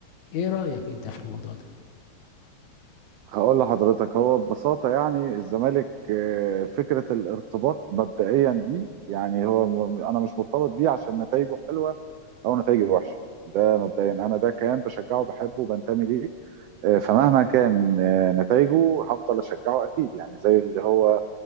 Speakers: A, on the left; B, on the right.
A: ايه رايك انت في الموضوع ده
B: هقول لحضرتك هو ببساطة يعني الزمالك آه، فكرة الارتباط مبدئيا بيه يعني هو م- أنا مش مرتبط بيه عشان نتائجه حلوة أو نتائجه وحشة ده مبدئيا أنا ده كيان بشجعه بحبه وبنتمي ليه آه، فمهما كان آه، نتائجه هفضل أشجعه أكيد يعني زي اللي هو